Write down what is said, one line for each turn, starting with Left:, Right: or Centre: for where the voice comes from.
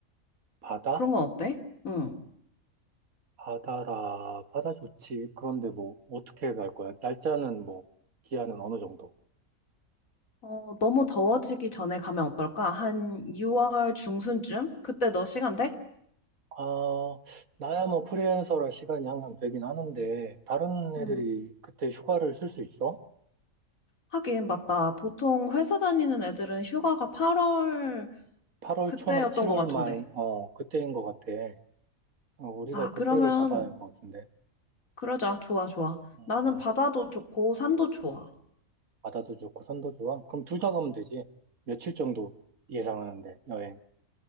Right: 바다?
Left: 그런 건 어때? 응.
Right: 바다라, 바다 좋지. 그런데 뭐 어떻게 갈 거야? 날짜는 뭐 기한은 어느 정도?
Left: 어, 너무 더워지기 전에 가면 어떨까? 한 6월 중순쯤? 그때 너 시간 돼?
Right: 아, 나야 뭐 프리랜서라 시간이 항상 되긴 하는데 다른 애들이
Left: 응.
Right: 그때 휴가를 쓸 수 있어?
Left: 하긴, 맞다. 보통 회사 다니는 애들은 휴가가 8월
Right: 8월
Left: 그때였던
Right: 초나 7월
Left: 것 같은데.
Right: 말, 어, 그때인 것 같아. 어, 우리가
Left: 아,
Right: 그때로
Left: 그러면
Right: 잡아야 할 것 같은데.
Left: 그러자. 좋아, 좋아.
Right: 어,
Left: 나는 바다도 좋고 산도 좋아.
Right: 바다도 좋고 산도 좋아? 그럼 둘 다 가면 되지. 며칠 정도 예상하는데 여행.